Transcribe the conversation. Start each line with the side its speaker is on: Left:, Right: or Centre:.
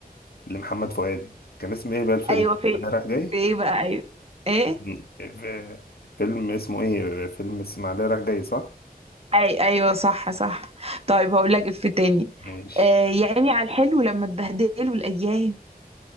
Left: لمحمد فؤاد كان اسمه ايه بقى الفيلم
Right: ايوه في
Left: اسماعيليه رايح جاي
Right: في ايه بقى ايوه ايه
Left: م- آه، فيلم اسمه ايه فيلم اسماعيليه رايح جاي صح
Right: اي ايوه صح صح طيب هقول لك اف تاني
Left: ماشي
Right: آه يا عيني على الحلو لما اتبهدلوا الايام